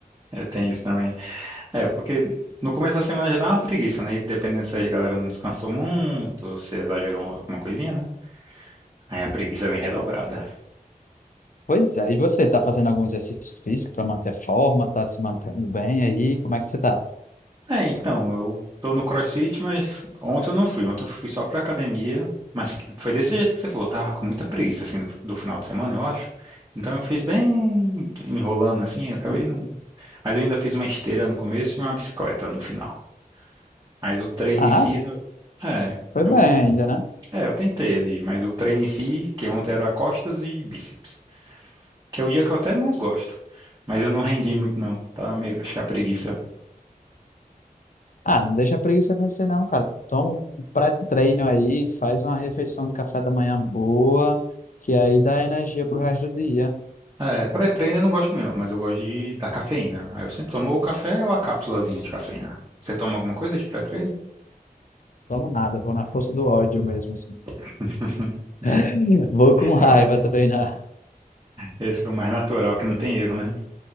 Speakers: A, on the right; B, on the left.
A: É, tem isso também. É, porque no começo da semana já dá uma preguiça, né? E dependendo se a galera não descansou muito, ou se exagerou alguma coisinha, né? Aí a preguiça vem redobrada.
B: Pois é. E você, tá fazendo algum exercício físico para manter a forma? Tá se mantendo bem aí? Como é que você tá?
A: É, então, eu tô no CrossFit, mas ontem eu não fui. Ontem eu fui só pra academia, mas que- foi desse jeito que você falou. Tava com muita preguiça, assim, do, do final de semana, eu acho. Então eu fiz bem enrolando, assim, eu acabei não. Mas eu ainda fiz uma esteira no começo e uma bicicleta no final. Mas o treino
B: Ah,
A: em si, eu- é,
B: foi
A: eu,
B: bem
A: tre-
B: ainda, né?
A: é, eu tentei ali, mas o treino em si, que ontem era costas e bíceps, que é o dia que eu até mais gosto. Mas eu não rendi muito não, tá? Meio, acho que é a preguiça.
B: Ah, não deixa a preguiça vencer, não, cara. Toma um pré-treino aí, faz uma refeição de café da manhã boa, que aí dá energia pro resto do dia.
A: É, pré-treino eu não gosto mesmo, mas eu gosto de da cafeína. Aí eu sempre tomo o café ou a cápsulazinha de cafeína. Você toma alguma coisa de pré-treino?
B: Tomo nada, vou na força do ódio mesmo, assim.
A: <laughs>
B: <laughs> Vou com raiva
A: É
B: treinar.
A: Esse é o mais natural, que não tem erro, né?